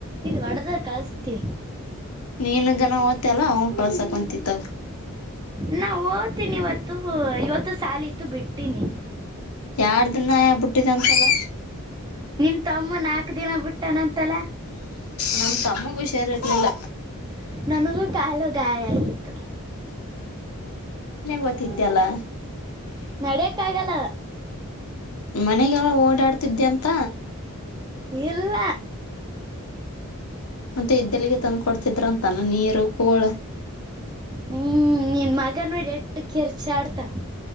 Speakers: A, on the right; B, on the left.
A: ಹೊಡದಾಗ ಕಳಸ್ತಿವಿ
B: ನೀನು ಗನ ತ್ತ ಅಲ್ಲ ಅವನ್ ಕಳ್ಸಕೊಂತತ್ತಾಗ
A: ನಾ ಓದ್ತೀನಿ ಇವತ್ತು ಹ ಇವತ್ತು ಸಾಲ ಇತ್ತು ಬಿಟ್ಟೀನಿ
B: ಯಾರ್ದ ನಬುಟ್ಟಿದ ಅಂತಲ್ಲ
A: ನಿಮ್ ತಮ್ಮ ನಾಕ್ ದಿನ ಬಿಟ್ಟಾನಂತಲ್ಲ
B: ನಮ್ ತಮ್ಮ ಹುಷಾರಿ ಇರ್ಲಿಲ್ಲ
A: ನನಗೂ ಕಾಲು ಗಾಯ ಆಗಿತ್ತು
B: ಗೊತ್ತಿದ್ದ್ಯಲ್ಲ
A: ನಡ್ಯಕ್ಕ ಆಗಲ್ಲ
B: ಮನೆಗೆಲ್ಲ ಓಡಾಡ್ತಿದ್ದೆ ಅಂತ
A: ಇಲ್ಲ
B: ಮತ್ತೆ ಇದ್ದಲ್ಲಿಗೆ ತಂದು್ ಕೊಡ್ತಿದ್ರ ಅಂತಾನ ನೀರು ಕೋಳ
A: ಹ್ಮ್ ನಿನ್ ಮಗ ನೋಡಿ ಎಟ್ಟ ಕಿರ್ಚಿ ಆಡ್ತನ್